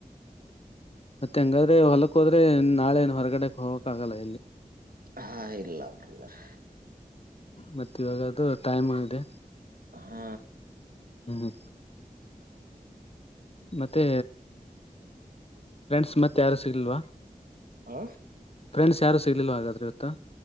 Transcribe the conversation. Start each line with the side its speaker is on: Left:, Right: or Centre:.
Left: ಮತ್ತೆ ಹೆಂಗಾದ್ರೆ ಹೊಲಕ್ಕ ಹೋದ್ರೆ ನಾಳೆ ನ್ ಹೊರಗಡೆಕ್ ಹೋಗಕ್ ಆಗಲ್ಲ ಎಲ್ಲಿ
Right: ಹಾ ಇಲ್ಲಾ ಬ್ರದರ್
Left: ಮತ್ತು ಇವಾಗದು ಟೈಮು ಇದೆ.
Right: ಹ್ಮ
Left: ಹ್ಮ್ ಹ್ಮ ಮತ್ತೆ ಫ್ರೆಂಡ್ಸ್ ಮತ್ತೆ ಯಾರು ಸಿಗಲ್ವಾ
Right: ಹ
Left: ನೆಂಡಸ್ ಯಾರು ಸಿಲಿಲ್ಲ ಹಾಗಾದ್ರೆ ಇವತ್ತು